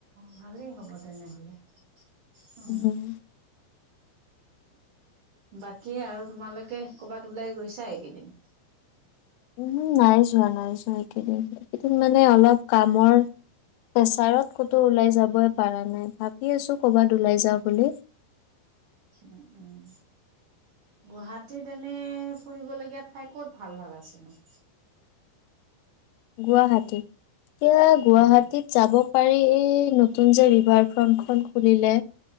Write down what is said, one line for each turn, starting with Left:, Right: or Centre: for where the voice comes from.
Right: ভালেই হ'ব তেনেহ'লে। অ।
Left: উম,
Right: বাকী আৰু তোমালোকে কৰ'বাত ওলাই গৈছা এইকেইদিন।
Left: উমম নাই যোৱা, নাই যোৱা এইকেইদিন। মানে অলপ কামৰ প্ৰেছাৰত ক'তো ওলাই যাবই পাৰা নাই। ভাবি আছো ক'বাত ওলাই যাওঁ বুলি।
Right: উ উম গুৱাহাটীত এনে ফুৰিবলগীয়া ঠাই ক'ত ভাল ভাল আছেনো?
Left: গুৱাহাটী। এতিয়া গুৱাহাটীত
Right: উম,
Left: যাব। পাৰি এই নতুন যে ৰিভাৰ ফ্ৰন্টখন খুলিলে।